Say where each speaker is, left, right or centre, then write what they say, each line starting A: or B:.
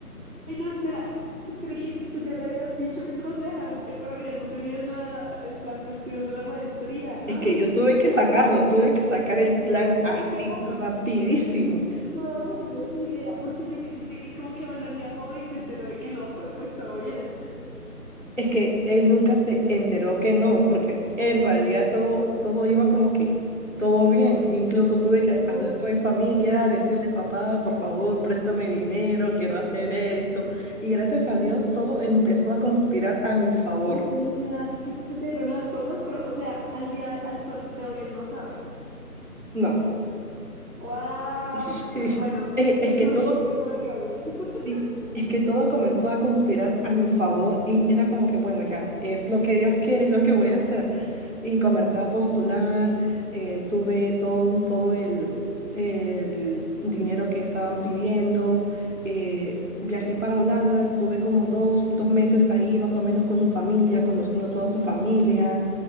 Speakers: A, on the right; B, on the right.
A: Ay, no, espera. Yo creí que tú ya le habías dicho mientras viajaron que todavía no tenías la, el plan de estudios de la maestría. ¡Ah!
B: es que yo
A: O
B: tuve que
A: sea,
B: sacarlo,
A: el,
B: tuve que sacar el plan así,
A: oiga,
B: rapidísimo.
A: por favor, decida, porque yo creí como que Manuel viajó y se enteró de que no, pero pues todo bien.
B: Es que él nunca se enteró que no, porque en realidad todo, todo iba como que todo bien. Incluso tuve que
A: No,
B: hablar con mi familia, decirle, papá, por favor, préstame dinero, quiero hacer esto. Y gracias a Dios todo empezó a conspirar a mi favor.
A: y menos mal que se te dieron las cosas, pero, o sea, al día, al sol de hoy él no sabe.
B: No.
A: ¡Wow! <laughs>
B: <laughs> Sí.
A: Bueno,
B: Es, es
A: es
B: que
A: un
B: todo
A: secreto de girls. <laughs>
B: Sí, es que todo comenzó a conspirar a mi favor y era como que, bueno, ya, es lo que Dios quiere, es lo que voy a hacer. Y comencé a postular, eh, tuve todo, todo el, el dinero que estaban pidiendo, eh, viajé para Holanda, estuve como dos, dos meses ahí más o menos con su familia, conociendo a toda su familia